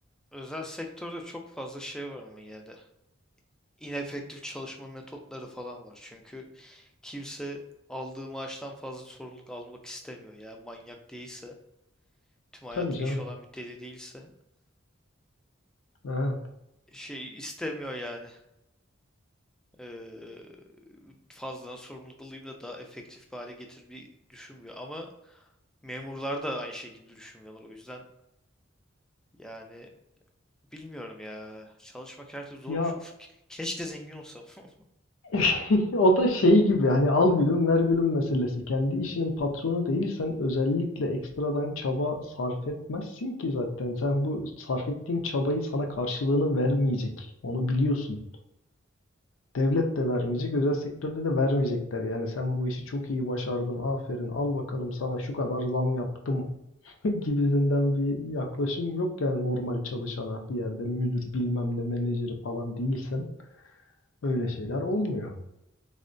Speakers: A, in the centre; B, on the left.
A: özel sektörde çok fazla şey var ama yine de. İnefektif çalışma metotları falan var. Çünkü kimse aldığı maaştan fazla sorumluluk almak istemiyor. Yani manyak değilse, tüm hayat
B: Tabii
A: iş
B: canım.
A: olan bir deli değilse
B: Evet.
A: şey istemiyor yani. eee fazladan sorumluluk alayım da daha efektif bir hale getirmeyi düşünmüyor. Ama memurlar da aynı şekilde düşünmüyorlar. O yüzden yani bilmiyorum ya. Çalışmak her türlü zor
B: Ya
A: bir şey. Uf, ke- keşke zengin olsam. <laughs>
B: <laughs> o da şey gibi hani al gülüm ver gülüm meselesi. Kendi işinin patronu değilsen özellikle ekstradan çaba sarf etmezsin ki zaten. Sen bu sarf ettiğin çabayı sana karşılığını vermeyecek. Onu biliyorsun. Devlet de vermeyecek, özel sektörde de vermeyecekler. Yani sen bu işi çok iyi başardın, aferin, al bakalım sana şu kadar zam yaptım <laughs> gibisinden bir yaklaşım yok yani normal çalışana bir yerde müdür bilmem ne menajeri falan değilsen öyle şeyler olmuyor.